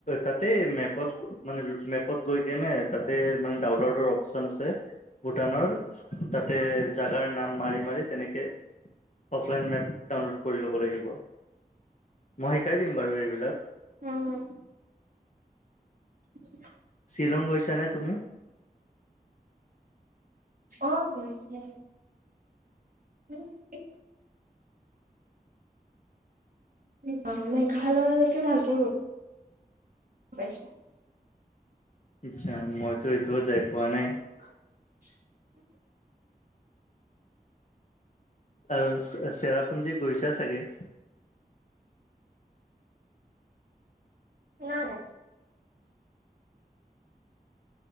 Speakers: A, on the left; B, on the right.
A: তাতে মেপ পত মানে মেপত গৈ কেনে তাতে মানে ডাউনলোডৰ অপচন আছে ভূটানৰ তাতে জাগাৰ নাম মাৰি-মাৰি তেনেকে অফলাইন মেপ ডাউনলোড কৰি ল'ব লাগিব মই শিকাই দিম বাৰু এইবিলাক।
B: উম, হম। <unintelligible>
A: শ্বিলং গৈছা নে তুমি?
B: অ, গৈছে। <unintelligible> <unintelligible> মেঘালয়ৰ লৈকে ভালকে <unintelligible>
A: আচ্ছা মইতো এইটোও যাই পোৱা নাই।
B: <unintelligible>
A: আৰু চে -চেৰাপুঞ্জী গৈছা চাগে?
B: নাই-নাই।